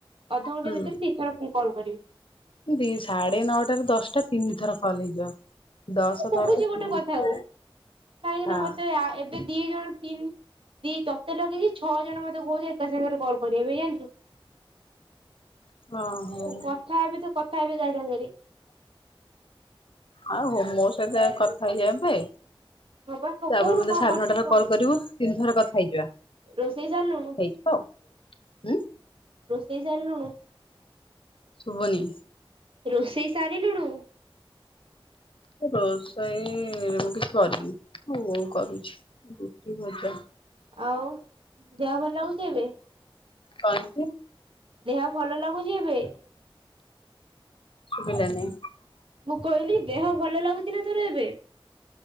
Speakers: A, on the right (about 70°); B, on the left (about 65°).
A: ଅଧଘଣ୍ଟା
B: ହୁଁ
A: ଭିତରେ ଦିଇଥର କଲ୍ କରିବି।
B: ଦି ସାଢେ ନଅଟା ର ଦଶଟା ତିନି ଥର କଲ୍ ହେଇଯିବ। ଦଶ
A: କହୁଚି
B: ଦଶ ତିରିଶ
A: ଗୋଟେ କଥା କୁ କାହିଁକିନା
B: ହଁ
A: ମତେ ଏବେ ଦି ଜଣ ତିନି ଦି ତତେ ଲଗେଇକି ଛଅ ଜଣ ମତେ କହୁଛ ଏକା ସାଙ୍ଗରେ କଲ କରିବାକୁ ଜାଣିଚୁ।
B: ଓହୋ
A: ମୁଁ କଥା ହେବି ତ କଥା ହେବି କାହା ସାଙ୍ଗରେ?
B: ଆଉ ହୋ ମୋ ସହିତ କଥା ହେଇଯା ଏବେ।
A: ହଁ ପା କୋଉଠୁ
B: ତାପରେ ମୋତେ
A: କଣ
B: ସାଢେ
A: କରୁଛୁ
B: ନଅଟାରେ
A: କହ?
B: କଲ୍ କରିବୁ ତିନି ଥର କଥା ହେଇଯିବା।
A: ରୋଷେଇ ସରିଲୁଣୁ?
B: ହେଇଯିବ ଆଉ ହୁଁ
A: ରୋଷେଇ ସାରିଲୁଣୁ?
B: ଶୁଭନି।
A: ରୋଷେଇ ସାରିଲୁଣୁ?
B: ରୋଷେଇ ମୁଁ କିଛି କରିନି, ବୋଉ କରୁଛି ରୁଟି, ଭଜା।
A: ଆଉ। ଦେହ ଭଲ ଲାଗୁଚି ଏବେ?
B: କ ହେଇଚି?
A: ଦେହ ଭଲ ଲାଗୁଚି ଏବେ?
B: ଶୁଭିଲାନି।
A: ମୁଁ କହିଲି ଦେହ ଭଲ ଲାଗୁଚି ନା ତୋର ଏବେ?